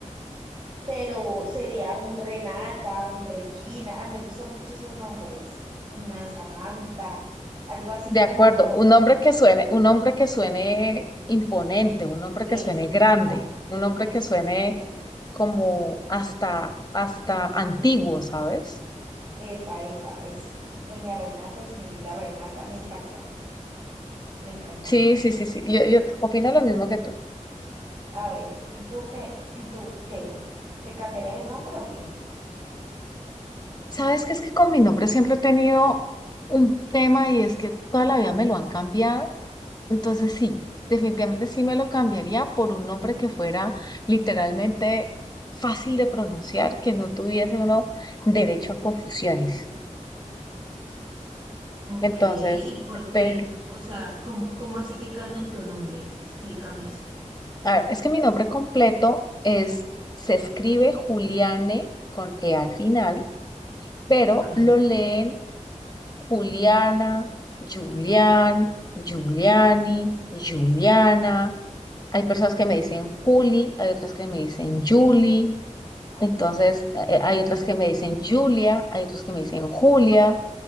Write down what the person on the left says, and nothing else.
De
acuerdo,
un hombre que suene, un hombre que suene imponente, un hombre que suene
grande, un hombre
que suene como hasta, hasta antiguo, ¿sabes?
Sí,
sí, sí, sí. Yo, yo opino lo mismo que tú.
Sabes que es que con mi nombre siempre he tenido un tema y es que toda la vida me lo han cambiado. Entonces sí, definitivamente sí me lo cambiaría por un nombre que fuera literalmente fácil de pronunciar, que no tuviese uno derecho a confusiones.
Entonces,
pero,
a ver, es que mi nombre completo es, se escribe Juliane con E al final, pero
lo leen Juliana, Julián, Juliani, Juliana. Hay personas que me dicen Juli, hay otras que me dicen Juli, entonces
eh, hay otras
que me dicen Julia, hay otras que me dicen Julia.